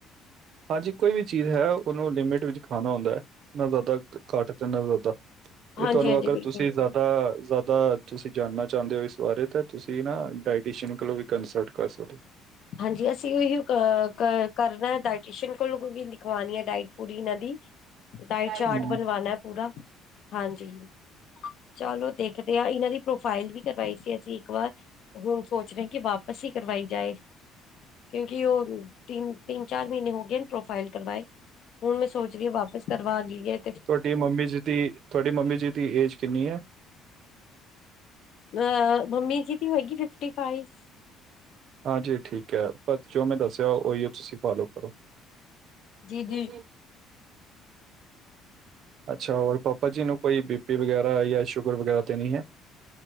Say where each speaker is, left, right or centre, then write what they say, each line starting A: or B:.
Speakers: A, on the right; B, on the left.
A: ਹਾਂਜੀ ਕੋਈ ਵੀ ਚੀਜ਼ ਹੈ ਓਨੂੰ ਲਿਮਿਟ ਵਿੱਚ ਖਾਣਾ ਹੁੰਦਾ ਐ। ਨਾ ਜਾਦਾ ਘੱਟ ਅ ਤੇ ਨਾ ਜਾਦਾ-
B: ਹਾਂਜੀ
A: ਤੇ ਤੁਆਨੂੰ
B: ਹਾਂਜੀ
A: ਅਗਰ
B: ਬਿਲਕੁਲ
A: ਤੁਸੀਂ ਜਾਦਾ ਜਾ ਦਾ ਤੁਸੀਂ ਜਾਣਨਾ ਚਾਂਦੇ ਓ ਇਸ ਬਾਰੇ ਤਾਂ ਤੁਸੀਂ ਨਾ ਡਾਇਟੀਸੀਅਨ ਕੋਲੋਂ ਵੀ ਕੰਸਲਟ ਕਰ ਸਕਦੇ।
B: ਹਾਂਜੀ ਅਸੀਂ ਓਈ ਓ ਕਾ ਕ ਕਰਨਾ ਡਾਇਟੀਸ਼ੀਅਨ ਕੋਲੋਂ ਵੀ ਲਿਖਵਾਣੀ ਐ ਡਾਇਟ ਪੂਰੀ ਏਨਾਂ ਦੀ। ਡਾਈਟ
A: ਸਕਦੇ
B: ਚਾਰਟ
A: ਹੋ
B: ਬਣਵਾਣਾ ਪੂਰਾ। ਹਾਂਜੀ। ਚਲੋ ਦੇਖਦੇ ਆਂ। ਏਨਾਂ ਦੀ ਪ੍ਰੋਫਾਈਲ ਵੀ ਕਰਵਾਈ ਸੀ ਅਸੀਂ ਇੱਕ ਵਾਰ ਹੁਣ ਸੋਚ ਰੇਂ ਕੀ ਵਾਪਸ ਈ ਕਰਵਾਈ ਜਾਏ। ਕਿਉਂਕਿ ਓ ਤਿੰਨ- ਚਾਰ ਮੀਨੇ ਹੋ ਗਏ ਪ੍ਰੋਫਾਈਲ ਕਰਵਾਏ। ਹੁਣ ਮੈਂ ਸੋਚ ਰੀ ਆਂ ਵਾਪਸ ਕਰਵਾ ਲੀਏ।
A: ਤੁਆਡੀ ਮੰਮੀ ਜੀ ਦੀ ਤੁਆਡੀ ਮੰਮੀ ਜੀ ਦੀ ਏਜ ਕਿੰਨੀ ਐ?
B: ਅਹ ਮੰਮੀ ਜੀ ਦੀ ਹੋਏਗੀ ਫਿਫਟੀ ਫਾਈਵ।
A: ਹਾਂਜੀ ਓ ਠੀਕ ਐ। ਪਰ ਜੋ ਮੈਂ ਦੱਸਿਆ ਓਈ ਓ ਤੁਸੀਂ ਫੋਲੋ ਕਰੋ।
B: ਜੀ
A: <unintelligible>
B: ਜੀ।
A: ਅੱਛਾ ਔਰ ਪਾਪਾ ਜੀ ਨੂੰ ਕੋਈ ਬੀ ਪੀ ਵਗੈਰਾ ਜਾਂ ਸ਼ੂਗਰ ਵਗੈਰਾ ਤੇ ਨਹੀ ਐ।